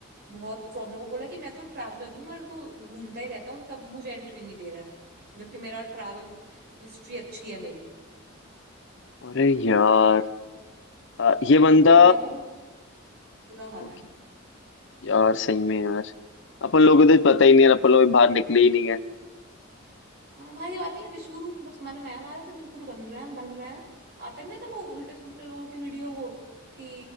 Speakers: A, on the right; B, on the left.
A: बहुत प्रॉब्लम वो बोला कि मैं तो ट्रैवलर हूँ मैं तो घूमता ही रहता हूँ तब मुझे एंट्री नहीं दे रहा है जबकि मेरा ट्रैवल हिस्ट्री अच्छी है मेरी
B: अरे यार अ, ये बंदा
A: तो इंडिया का बहुत बुरा हाल
B: ओके
A: है
B: यार सही में यार अपन लोगों को तो पता ही नहीं है अपन लोग बाहर निकले ही नहीं
A: हाँ, भाई ये बात नहीं है विश्वगुरु बस मन में है हमारे तो विश्वगुरु बन रहे हैं बन रहे हैं आता ही नहीं था वो उल्टे सुल्टे लोगों की वीडियो वो कि